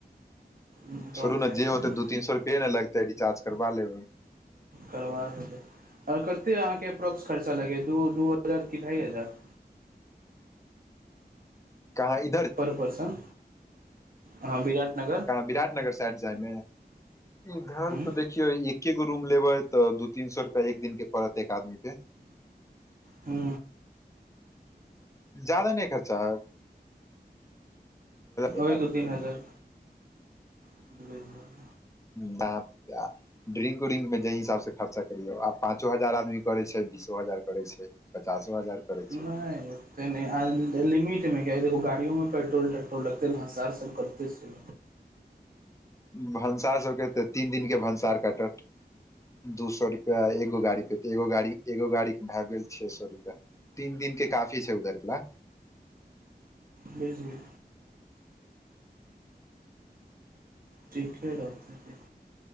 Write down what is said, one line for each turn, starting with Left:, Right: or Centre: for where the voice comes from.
Right: तहन
Left: छोरु
Right: तऽ
Left: न
Right: हेतै
Left: जे होत दू तीन स लगतै रिचार्ज करा लेब
Right: करबा लेबै आओर कते अहाँके अप्रॉक्स खर्चा लगे दु दू हजार कि ढ़ाइ हजार
Left: गाड़ी
Right: पर पर्सन हँ विराट नगर
Left: विराटनगर साइड जायमे इधर
Right: हूँ
Left: तऽ देखियौ एके गो रूम लेबै तऽ दू तीन सए रुपआ एक दिन के पड़त एक आदमी के
Right: हू
Left: जादा नहि खर्चा हेत एक
Right: ओहि
Left: आदमी
Right: दू तीन हजार बचि जायत
Left: ड्रिंक उरिंक में जाहि हिसाब से खर्चा करियो आ पाँचो हजार आदमी करे छै बीसो हजार करे छै पचासो हजार करै
Right: नहि
Left: छै
Right: तऽ लिमिटमे कि देखो गाड़ियो मे पेट्रोल तेट्रोल लगते भंसार सब कटतै से
Left: भनसार सब के तऽ तीन दिन के भंसार काटत दू सए रुपया एगो गाड़ी एगो गाड़ी एगो गाड़ी के भए गेल छे सए रुपया तीन दिन के काफी छै उधर के ल
Right: नहि जेबै ठिके रहतै